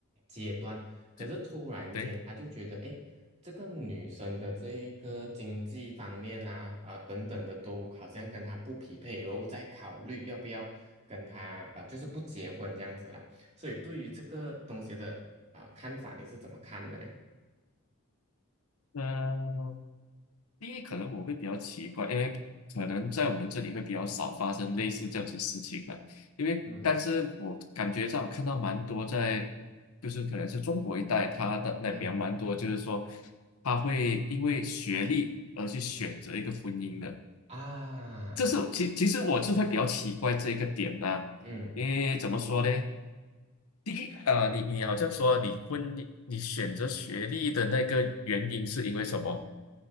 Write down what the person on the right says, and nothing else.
阶段，可是突然间他就觉得，
哎，这个女生的这一个经济方面啊啊、等等的都好像跟她不匹配，然后再考虑要不要跟她呃就是不结婚这样子啦。所以对于这个东西的啊、呃看法，你是怎么看的嘞？
嗯
嗯
啊
嗯